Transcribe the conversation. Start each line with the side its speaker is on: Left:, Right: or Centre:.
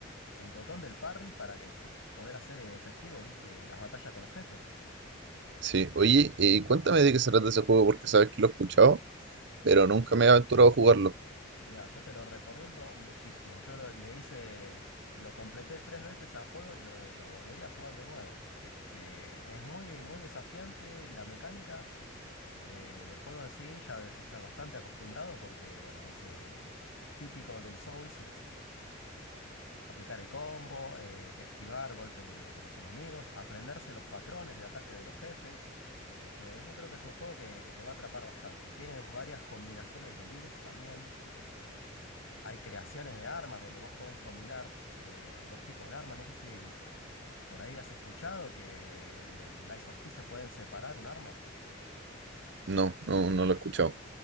Left: el botón del parry para que poder hacer efectivo, ¿viste? Las batallas con los jefes.
Right: Sí, oye, eh, cuéntame de qué se trata ese juego porque sabes que lo he escuchado,
Left: <clears throat>
Right: pero nunca me he aventurado a jugarlo.
Left: Mira, yo te lo recomiendo muchísimo. Yo lo- le hice, lo completé tres veces al juego y lo, de- lo volvería a jugar de nuevo. Este, es muy, muy desafiante la mecánica de- del juego en sí. Ya debes estar bastante acostumbrado porque, bueno, ese es típico del Souls. Aplicar el combo, eh, esquivar golpes de, de los enemigos, aprenderse los patrones de ataque de los jefes. Este, yo creo que es un juego que, que te va a atrapar bastante. Y tiene varias combinaciones de builds también. eh, hay creaciones de armas donde vos podés combinar eh, dos tipos de armas. No sé si por ahí has escuchado que en el Lies of P se pueden separar un arma.
Right: No, no, no lo he escuchado.